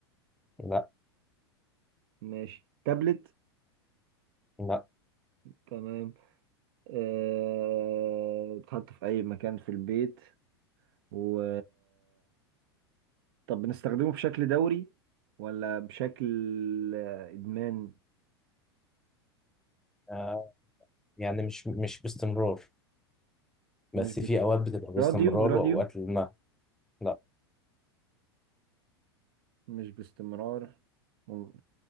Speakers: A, in the centre; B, on the right (about 60°).
A: لا
B: ماشي تابلت
A: لا
B: تمام آه... بيتحط في اي مكان في البيت و طب بنستخدمه بشكل دوري ولا بشكل آه، ادمان
A: آه يعني مش مش باستمرار بس
B: مش
A: في
B: بس
A: اوقات بتبقى باستمرار
B: راديو راديو
A: واوقات لا لا
B: مش باستمرار مم.